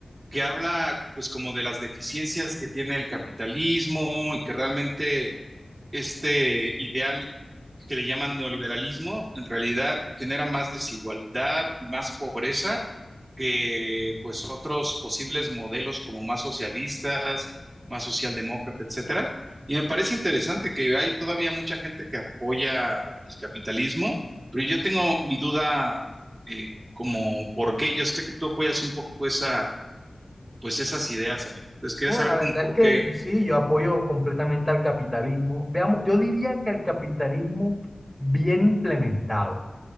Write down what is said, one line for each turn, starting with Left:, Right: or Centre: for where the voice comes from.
Right: que habla, pues, como de las deficiencias que tiene el capitalismo y que realmente este ideal que le llaman neoliberalismo, en realidad genera más desigualdad y más pobreza que pues otros posibles modelos como más socialistas, más socialdemócrata, etcétera. Y me parece interesante que hay todavía mucha gente que apoya el capitalismo, pero yo tengo mi duda eh, como por qué. Yo sé que tú apoyas un poco esa, pues esas ideas, amigo. Entonces quería
Centre: Bueno,
Right: saber
Centre: la verdad
Right: como por
Centre: es
Right: qué.
Centre: que sí, yo apoyo completamente al capitalismo. Veamos, yo diría que el capitalismo bien implementado.